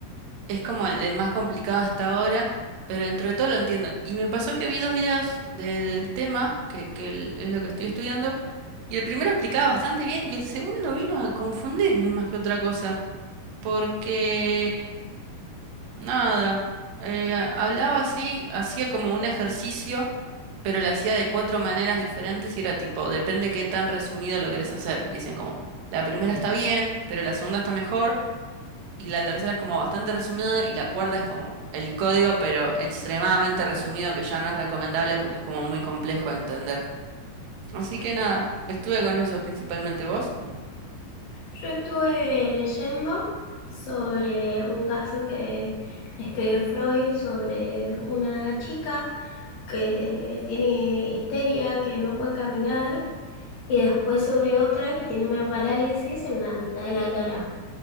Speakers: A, on the right; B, on the left.
A: es como el, el más complicado hasta ahora, pero dentro de todo lo entiendo. Y me pasó que vi dos videos de- del tema, que, que el- es lo que estoy estudiando, y el primero explicaba bastante bien, y el segundo vino a confundirme más que otra cosa, porque... Nada, eh, hablaba así, hacía como un ejercicio, pero lo hacía de cuatro maneras diferentes y era tipo, depende qué tan resumido lo querés hacer. Y decían como, la primera está bien, pero la segunda está mejor, y la tercera es como bastante resumido, y la cuarta es como el código, pero extremadamente resumido, que ya no es recomendable porque es como muy complejo de entender. Así que nada, estuve con eso principalmente vos.
B: Yo estuve leyendo sobre un caso que escribió Freud sobre una chica que tiene histeria, que no puede caminar, y después sobre otra que tiene una parálisis en la mitad de la cara.